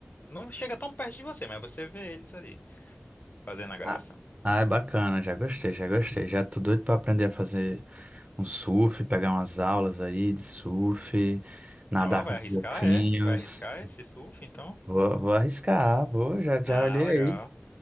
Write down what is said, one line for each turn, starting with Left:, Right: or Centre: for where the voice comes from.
Left: Não chega tão perto de você, mas você vê eles ali, fazendo a graça.
Right: Ah, ah, é bacana, já gostei, já gostei. Já tô doido pra aprender a fazer um surf, pegar umas aulas aí de surf, nadar
Left: Ó, vai
Right: com
Left: arriscar,
Right: golfinhos.
Left: é? Vai arriscar esse surf, então?
Right: Vou, vou arriscar, vou, já, já
Left: Ah,
Right: olhei
Left: legal.
Right: aí.